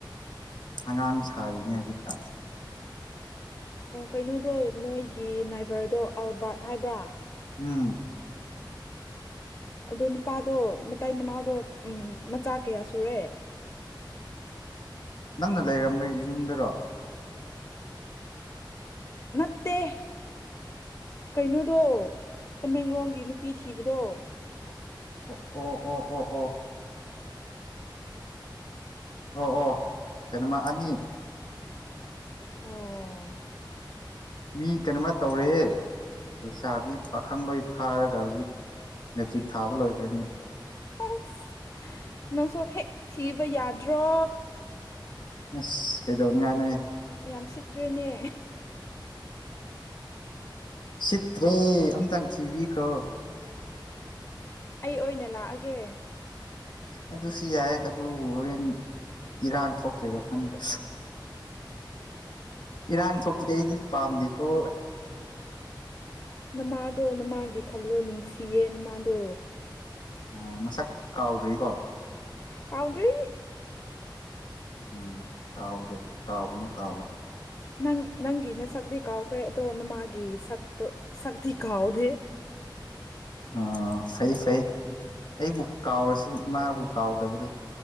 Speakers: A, on the left; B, on the left.
A: ꯑꯉꯥꯡ ꯁꯥꯔꯤꯅꯦ ꯍꯧꯖꯤꯛ ꯈꯅ
B: ꯀꯩꯅꯣꯗꯣ ꯅꯣꯏꯒꯤ ꯅꯥꯏꯚꯔꯗꯣ ꯑꯜꯕꯥꯔꯠ ꯍꯥꯏꯕ꯭ꯔꯥ
A: ꯎꯝ
B: ꯑꯗꯣ ꯅꯨꯄꯥꯗꯣ ꯃꯇꯩ ꯃꯅꯥꯎꯗꯣ ꯃꯆꯥ ꯀꯌꯥ ꯁꯨꯔꯦ꯫
A: ꯅꯪꯅ ꯂꯩꯔꯝꯕ ꯌꯨꯝꯗꯔꯣ
B: <inaudible> ꯅꯠꯇꯦ꯫ ꯀꯩꯅꯣꯗꯣ ꯇꯃꯦꯡꯂꯣꯡꯒꯤ ꯅꯨꯄꯤ ꯊꯤꯕꯗꯣ꯫
A: ꯑꯣ ꯑꯣ ꯑꯣꯣ ꯑꯣꯣ ꯑꯣ
B: <inaudible>
A: ꯑꯣ ꯑꯣ ꯀꯩꯅꯣꯃ ꯑꯅꯤ꯫
B: ꯑꯣ
A: ꯃꯤ ꯀꯩꯅꯣꯃ ꯇꯧꯔꯦ ꯂꯩꯩꯁꯥꯕꯤ ꯄꯥꯈꯪꯕꯩ ꯐꯥꯔꯒ ꯍꯧꯖꯤꯛ ꯃꯦꯇ꯭ꯔꯤꯛ ꯊꯥꯕ ꯂꯣꯏꯈ꯭ꯔꯅꯤ꯫
B: ꯑꯁ ꯅꯪꯁꯨ ꯍꯦꯛ ꯊꯤꯕ ꯌꯥꯗ꯭ꯔꯣ꯫
A: ꯑꯁ ꯀꯩꯗꯧꯅꯤꯡꯉꯥꯏꯅꯣꯌꯦ꯫
B: ꯌꯥꯝ ꯁꯤꯠꯇ꯭ꯔꯦꯅꯦ꯫
A: ꯁꯤꯠꯇ꯭ꯔꯦ ꯑꯝꯇꯪ ꯊꯤꯕꯤꯈ꯭ꯔꯣ꯫
B: ꯑꯩ ꯑꯣꯏꯅ ꯂꯥꯛꯑꯒꯦ꯫
A: ꯑꯗꯨꯁꯨ ꯌꯥꯏ ꯑꯗꯨꯕꯨ ꯍꯣꯔꯦꯟ ꯏꯔꯥꯡ ꯊꯣꯛꯇꯣꯏꯔꯣ ꯈꯟꯕ ꯏꯔꯥꯡ ꯊꯣꯛꯄꯗꯤ ꯑꯩꯗꯤ ꯄꯥꯝꯗꯦꯀꯣ
B: ꯅꯃꯥꯗꯣ ꯅꯃꯥꯒꯤ ꯈꯜꯂꯣ ꯅꯨꯡꯁꯤꯌꯦ ꯅꯃꯥꯗꯣ
A: ꯑꯣ ꯃꯁꯛ ꯀꯥꯎꯗ꯭ꯔꯤꯀꯣ
B: ꯀꯥꯎꯗ꯭ꯔꯤ꯫
A: ꯎꯝ ꯀꯥꯎꯗ ꯀꯥꯎꯅꯨ ꯀꯥꯎꯅꯨ꯫
B: ꯅꯪ ꯅꯪꯒꯤ ꯅꯁꯛꯇꯤ ꯀꯥꯎꯈ꯭ꯔꯦ ꯑꯗꯣ ꯅꯃꯥꯒꯤ ꯁꯛꯇꯣ ꯁꯛꯇꯤ ꯀꯥꯎꯗꯦ
A: ꯑ ꯐꯩꯌꯦ ꯐꯩꯌꯦ ꯑꯩꯕꯨ ꯀꯥꯎꯔꯁꯨ ꯏꯃꯥꯕꯨ ꯀꯥꯎꯗꯕꯗꯨ